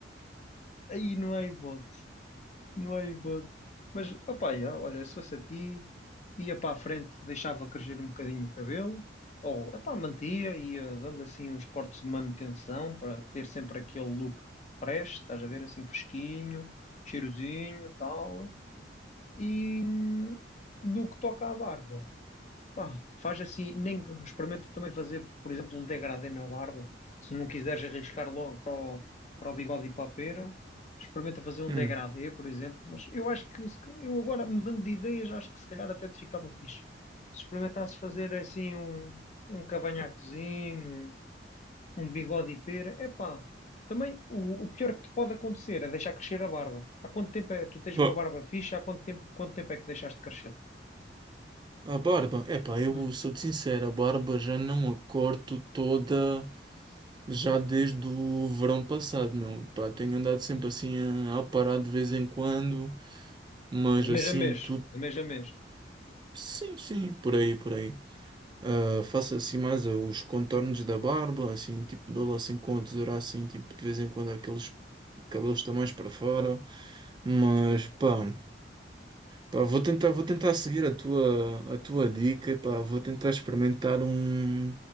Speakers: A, on the left; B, on the right.
A: Aí não é hipótese. Não há hipótese. Mas, opá, já, olha, se fosse a ti, ia para a frente, deixava crescer um bocadinho o cabelo, ou, epá, mantia, ia dando assim uns cortes de manutenção para ter sempre aquele look fresh, estás a ver, assim fresquinho, cheirosinho, tal. E hum, no que toca à barba, pá, faz assim, nem experimenta também fazer, por exemplo, um degradê na barba, se não quiseres arriscar logo para o bigode e para a pera. Experimenta fazer um
B: Hum.
A: degradê, por exemplo. Mas eu acho que, se ca- eu agora mudando de ideias, acho que se calhar até te ficava fixe. Se experimentasse fazer assim um, um cavanhaquezinho, um, um bigode e pera, epá. Também o, o pior que te pode acontecer é deixar crescer a barba. Há quanto tempo é, tu tens
B: Pô,
A: uma barba fixa? Há quanto tempo, quanto tempo é que deixaste de crescê-la?
B: A barba, epá, eu
A: Hum.
B: sou sincero, a barba já não a corto toda. já desde o verão passado, meu. Pá, tenho andado sempre assim a, a parar de vez em quando, mas
A: De
B: assim,
A: mês a mês,
B: tudo.
A: de mês a mês.
B: Sim, sim, por aí, por aí. Ah, faço assim mais ah, os contornos da barba, assim, tipo, dou lá assim com a tesoura, assim, tipo, de vez em quando aqueles cabelos estão mais para fora, mas pá. Pá, vou tentar, vou tentar seguir a tua, a tua dica, pá, vou tentar experimentar um,